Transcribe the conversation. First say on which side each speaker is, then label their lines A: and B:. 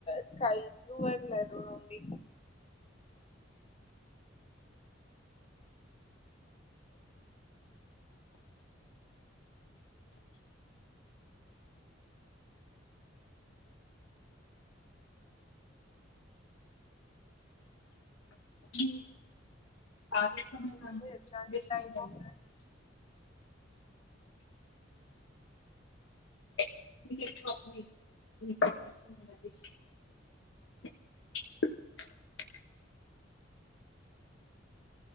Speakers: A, on the left; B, on the left.
A: sky blue and maroon అండి
B: ఈ ఆవేశం
A: మీరు
B: <inaudible>
A: ఎట్లాంటి
B: డెసిషన్
A: టైప్
B: ఏంటండి
A: ఆఫ్ డ్రెస్
B: <inaudible>